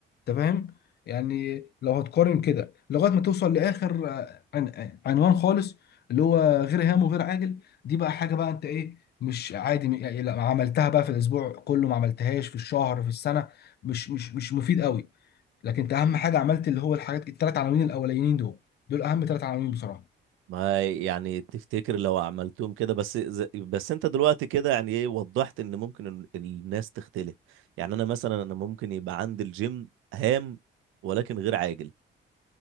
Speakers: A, on the left; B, on the right.
A: انت فاهم يعني لو هتقارن كده لغايه ما توصل لاخر آه، عن آه، عنوان خالص اللي هو غير هام وغير عاجل دي بقى حاجه بقى انت ايه مش عادي م- يعني لا عملتها بقى في الاسبوع كله ما عملتهاش في الشهر في السنه مش مش مش مفيد قوي لكن انت اهم حاجه عملت اللي هو الحاجات الثلاث عناوين الاولانيين دول دول اهم ثلاث عناوين بصراحه
B: ما يعني تفتكر لو عملتهم كده بس ز- بس انت دلوقتي كده يعني ايه وضحت ان ممكن ال- الناس تختلف يعني انا مثلا انا ممكن يبقى عندي الجيم هام ولكن غير عاجل